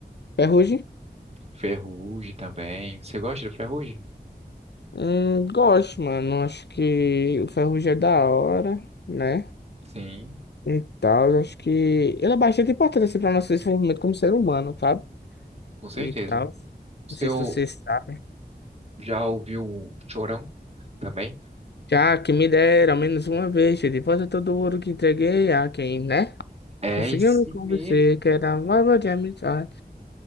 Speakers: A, on the left; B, on the right.
A: Ferrugem?
B: Ferrugem também. Você gosta do Ferrugem?
A: Hum, gosto, mano. Acho que o Ferrugem é da hora, né?
B: Sim,
A: E tal, acho que ele é bastante importante assim, para nosso desenvolvimento como ser humano, sabe?
B: com certeza.
A: E tal.
B: Você
A: Não sei
B: ou-
A: se você sabe.
B: já ouviu o Chorão também?
A: Já que me deram ao menos uma vez, de volta todo o ouro que entreguei a quem, né?
B: É
A: Conseguiu
B: esse
A: me convencer
B: mesmo.
A: que era uma de amizade.